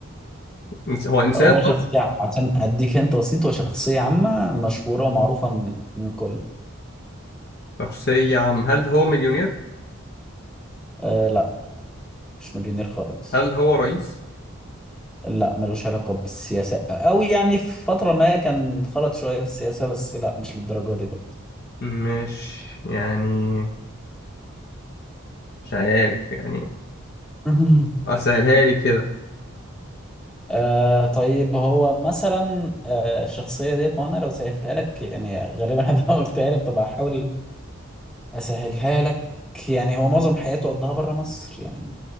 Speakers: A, on the left (about 50°); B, in the centre.
A: إنس- هو انسان
B: هو
A: طب
B: شخصية عشان اديك انت بسيط هو شخصية عامة مشهورة ومعروفة من من كل
A: شخصية عام هل هو مليونير
B: آه لا مش مليونير خالص
A: هل هو رئيس
B: لا ملوش علاقة بالسياسة أو يعني في فترة ما كان خرج شوية في السياسة بس لا مش للدرجة دي برضه
A: مش يعني مش عارف يعني
B: <laughs>
A: اه سهلها لي كده
B: آه طيب هو مثلا آه الشخصية ديت ما أنا لو سهلتها لك يعني غالبا <laughs> هبقى قلتها لك طب هحاول أسهلها لك يعني هو معظم حياته قضاها بره مصر يعني